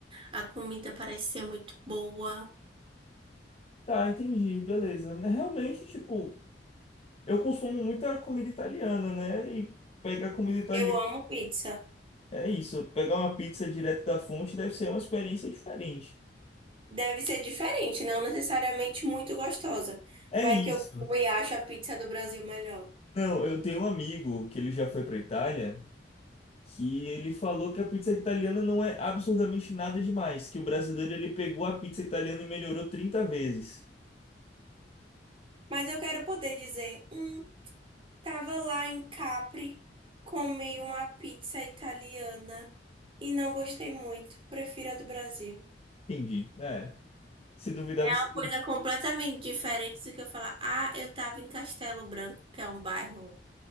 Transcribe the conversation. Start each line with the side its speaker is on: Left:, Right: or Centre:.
Right: A comida parece ser muito boa.
Left: Tá, entendi, beleza. Né, Realmente, tipo, eu consumo muita comida italiana, né? E pegar comida italiana
Right: Eu amo pizza.
Left: é isso. Pegar uma pizza direto da fonte deve ser uma experiência diferente.
Right: Deve ser diferente, não necessariamente muito gostosa.
Left: É
Right: Vai
Left: isso.
Right: que eu como e acho a pizza do Brasil melhor.
Left: Não, eu tenho um amigo que ele já foi pra Itália, que ele falou que a pizza italiana não é absurdamente nada demais, que o brasileiro ele pegou a pizza italiana e melhorou 30 vezes.
Right: Mas eu quero poder dizer, hum. Tava lá em Capri, comi uma pizza italiana e não gostei muito. Prefiro a do Brasil.
Left: Entendi. É. Se duvidar,
Right: Uma
Left: você
Right: coisa completamente diferente do que eu falar. Ah, eu tava em Castelo Branco, que é um bairro